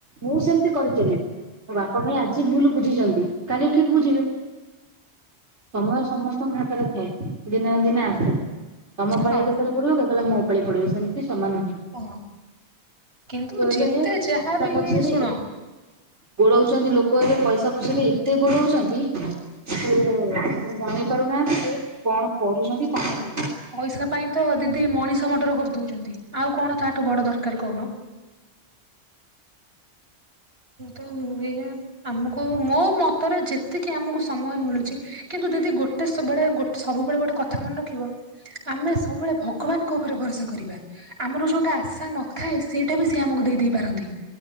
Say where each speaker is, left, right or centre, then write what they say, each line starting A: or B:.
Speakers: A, on the right (about 85°); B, on the right (about 60°).
A: ମୁଁ ସେମିତି କରିଚାଲିବି। ତ ଭାଇ ଆଜି ଭୁଲ ବୁଝିଛନ୍ତି କାଲି ଠିକ୍ ବୁଝିବେ ସମୟ ସମସ୍ତ ଆମ ହାତରେ ଥାଏ ଦିନେ ନା ଦିନେ ଆସୁ ତମ ପାଳି
B: ହଁ
A: କେତେବେଳେ ପଡିବ କେତେବେଳେ ମୋ ପାଳି ପଡିବ ସେମିତି ସ୍ତେ ସମାନ ନୁହେଁ
B: ଓ କିନ୍ତୁ
A: କୁହାଯାଏ
B: ଯେତେ ଯାହାବି
A: ପଇସା ପଛରେ।
B: ଶୁଣ
A: ଗୋଡଉଛନ୍ତି ଲୋକ ଏବେ ପଇସା ପଛରେ ଏତେ ଗୋଡଉଛନ୍ତି। ସେମାନେ ଜାଣି ପାରୁନାହାନ୍ତି ଯେ କଣ କରୁଛନ୍ତି କଣ ନାହିଁ।
B: ପଇସା ପାଇଁ ତ ଦିଦି ମଣିଷ ମଡର କରିଦଉଛନ୍ତି ଆଉ କଣ ତାହାଠୁ ବଡ ଦରକାର କହୁନ। କିନ୍ତୁ ଏଇଆ ଆମକୁ ମୋ ମତରେ ଯେତିକି ଆମକୁ ସମୟ ମିଳୁଛି। କିନ୍ତୁ ଦିଦି ଗୋଟେସବୁବେଳେ ସବୁବେଳେ ଗୋଟେ କଥା ମନେ ରଖିବ। ଆମେ ସବୁବେଳେ ଭଗବାନଙ୍କ ଉପରେ ଭରସା କରିବା। ଆମର ଯୋଉଟା ଆଶା ନଥାଏ ସେଇଟା ବି ସିଏ ଆମକୁ ଦେଇଦେଇ ପାରନ୍ତି।